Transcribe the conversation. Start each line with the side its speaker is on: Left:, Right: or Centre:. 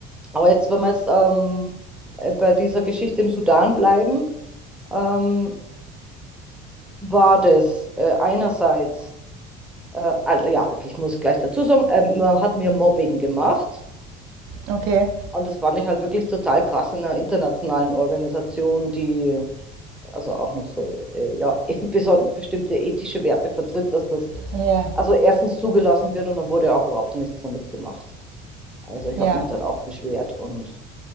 Centre: Aber jetzt, wenn wir jetzt ähm, äh, bei dieser Geschichte im Sudan bleiben, ähm, war das äh, einerseits, äh, also ja, ich muss gleich dazu sagen, ähm, man hat mir Mobbing gemacht.
Right: Okay.
Centre: Und das fand ich halt wirklich total krass in einer internationalen Organisation, die also auch noch so, äh, ja, <laughs> beson- bestimmte ethische Werte vertritt, dass das
Right: Ja,
Centre: also erstens zugelassen wird und dann wurde auch überhaupt nichts damit gemacht. Also ich
Right: ja.
Centre: habe mich dann auch beschwert und